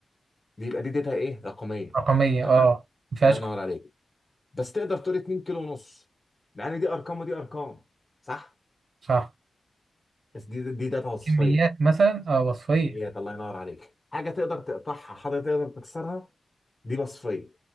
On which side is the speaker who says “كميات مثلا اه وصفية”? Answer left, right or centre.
Right